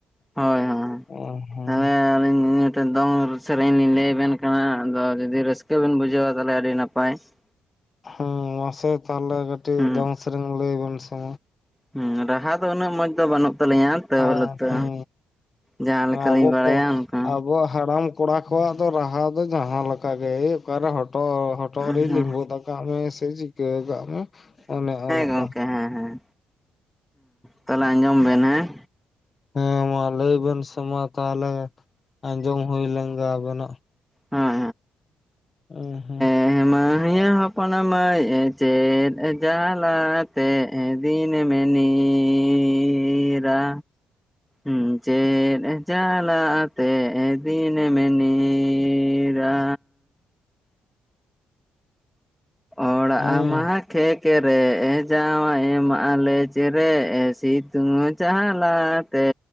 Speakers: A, in the centre; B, on the left.
A: ᱦᱳᱭ ᱦᱳᱭ,
B: ᱚ ᱦᱚᱸ
A: ᱚᱭ ᱟᱹᱞᱤᱧ ᱴᱮᱱ ᱫᱚᱝ ᱥᱮᱨᱮᱸᱧ ᱞᱤᱧ ᱞᱟᱹᱭ ᱟᱵᱮᱱ ᱠᱟᱱᱟ ᱾ ᱟᱫᱚ ᱡᱩᱫᱤ ᱨᱟᱹᱥᱠᱟᱹ ᱵᱮᱱ ᱵᱩᱡᱷᱟᱹᱣᱟ ᱛᱟᱦᱚᱸᱞᱮ ᱟᱹᱰᱤ ᱱᱟᱯᱟᱭ᱾ <unintelligible>
B: ᱦᱮᱸ ᱢᱟᱥᱮ ᱛᱟᱦᱚᱞᱮ ᱠᱟᱹᱴᱤᱡ
A: ᱦᱩᱸ
B: ᱫᱚᱝ ᱥᱮᱨᱮᱧ ᱞᱟᱹᱭ ᱵᱮᱱ ᱥᱮ
A: ᱦᱮᱸ ᱨᱟᱦᱟ ᱫᱚ ᱩᱱᱟᱹᱜ ᱢᱚᱸᱡᱽ ᱫᱚ ᱵᱟᱹᱱᱩᱜ ᱛᱟᱞᱤᱧᱭᱟ ᱛᱟᱹ
B: ᱟᱨ
A: ᱦᱚᱞᱩ ᱛᱚ,
B: ᱦᱮᱸ
A: ᱡᱟᱦᱟᱸ ᱞᱮᱠᱟᱞᱤᱧ
B: ᱟᱵᱚ
A: ᱵᱟᱲᱟᱭᱟ
B: ᱠᱚ
A: ᱚᱱᱠᱟ
B: ᱟᱵᱚᱣᱟᱜ ᱦᱟᱲᱟᱢ ᱠᱚᱲᱟ ᱠᱚᱣᱟᱜ ᱫᱚ ᱨᱟᱦᱟ ᱫᱚ ᱡᱟᱦᱟᱸ ᱞᱮᱠᱟ ᱜᱮ᱾ ᱚᱠᱟᱨᱮ ᱦᱚᱴᱚᱜ ᱦᱚᱴᱚᱜ
A: ᱦᱩᱸ
B: ᱨᱮᱭ ᱞᱤᱸᱵᱩᱫ ᱟᱠᱚ ᱜᱟᱜ ᱢᱮ ᱥᱮ ᱪᱤᱠᱟᱹ ᱟᱜ ᱢᱮ ᱚᱱᱮ ᱚᱱᱠᱟ᱾
A: ᱜᱚᱝᱠᱮ ᱦᱮᱸ ᱦᱮᱸ ᱦᱮᱸ, ᱛᱟᱦᱚᱞᱮ ᱟᱸᱡᱚᱢ ᱵᱮᱱ ᱦᱮᱸ
B: ᱦᱮᱸ ᱢᱟ ᱞᱟᱹᱭ ᱵᱮᱱ ᱥᱮ ᱢᱟ ᱛᱟᱦᱚᱞᱮ ᱟᱸᱡᱚᱢ ᱦᱩᱭ ᱞᱮᱱ ᱜᱮ ᱟᱵᱮᱱᱟᱜ
A: ᱦᱮᱸ
B: ᱮ ᱦᱮᱸ
A: ᱮᱻ ᱢᱟᱹᱭ ᱦᱚᱯᱚᱱ ᱢᱟᱹᱭ ᱪᱮᱫ ᱡᱟᱞᱟᱛᱮᱻ ᱮᱻ ᱫᱤᱱᱮᱢᱻ ᱱᱤᱻᱨᱟ ᱩᱸᱢ ᱪᱮᱫ ᱪᱟᱞᱟᱻ ᱟᱛᱮ ᱫᱤᱱᱮᱢ ᱱᱤᱻᱨ, ᱱᱤᱻᱨᱟᱻ ᱚᱲᱟᱜ
B: ᱦᱩᱸ
A: ᱢᱟᱻ ᱠᱷᱮᱠᱻ ᱠᱮᱨᱮᱻ ᱮ ᱡᱟᱶᱟᱭᱻ ᱮᱢᱟᱻ ᱞᱮᱡᱻ ᱨᱮᱻ ᱥᱤᱛᱩᱝᱻ ᱡᱟᱞᱟᱸᱻ ᱛᱮᱻ